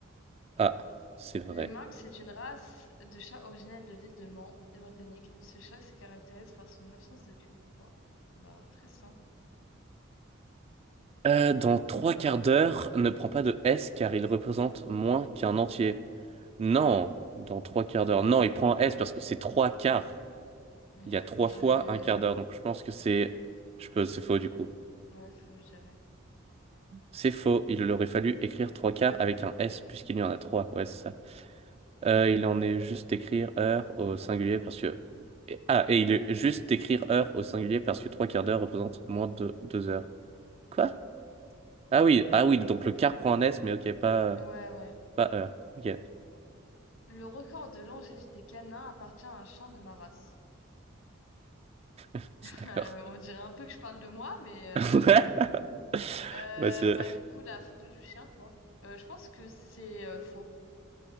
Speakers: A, on the right; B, on the left.
A: Ah, c'est vrai.
B: Le Manx c'est une race de chat originelle de l'île de Man, île britannique. Ce chat se caractérise par son absence de queue. Wow. Bah, très sain.
A: Euh, dans trois quarts d'heure, ne prends pas de S car il représente moins qu'un entier. Non, dans trois quarts d'heure. Non, il prend un S parce que c'est trois quarts.
B: Ouais,
A: Il y a trois
B: moi je
A: fois
B: dirais.
A: un quart d'heure, donc je pense que c'est je peux... c'est faux du coup.
B: Ouais, faut que
A: C'est faux, il aurait fallu écrire trois quarts avec un S puisqu'il y en a trois, ouais c'est ça. Euh, il en est juste écrire heure au singulier parce que... et- Ah, et il est juste écrire heure au singulier parce que trois quarts d'heure représente moins de deux heures. Quoi? Ah oui, ah oui, donc le quart prend un S, mais ok, pas,
B: Ouais,
A: euh,
B: ouais.
A: pas heure. Ok,
B: Le record de longévité des canins appartient à un chien de ma race.
A: <laughs>
B: <laughs>
A: d'accord.
B: Euh, on dirait un peu que je parle de moi, mais euh,
A: <laughs>
B: euh,
A: Bah, c'est-
B: bah du coup la photo du chien quoi. Euh, je pense que c'est euh, faux.